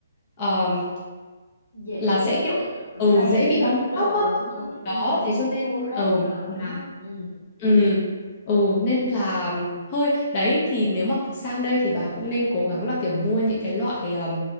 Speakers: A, on the left; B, on the left.
A: ờm,
B: dễ
A: là
B: bị
A: sẽ kiểu
B: à, rạn
A: ừ dễ bị
B: nứt
A: bong
B: đồ
A: tóc á
B: đúng không
A: Ừ,
B: ừ
A: đó thế cho nên
B: khô ráp
A: ừ
B: rồi đúng
A: là
B: không ừ
A: ừ ừ nên là thôi đấy thì nếu mà có sang đây thì bà cũng nên cố gắng là kiểu mua những cái loại ờm,